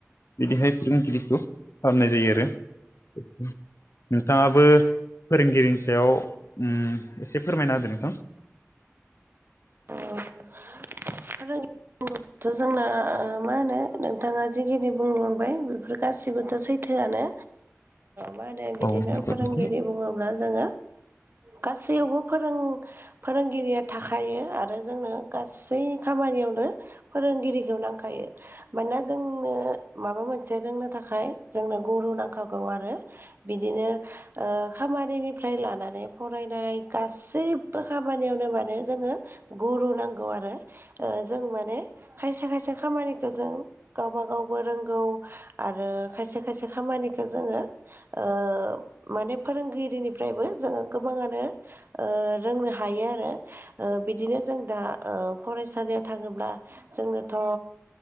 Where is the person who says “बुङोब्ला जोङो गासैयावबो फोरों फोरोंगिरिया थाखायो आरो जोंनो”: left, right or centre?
Right